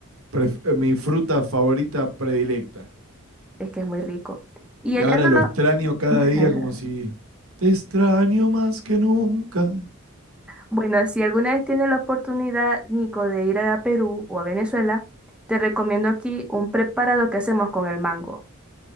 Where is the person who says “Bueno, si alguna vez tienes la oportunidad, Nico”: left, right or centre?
Centre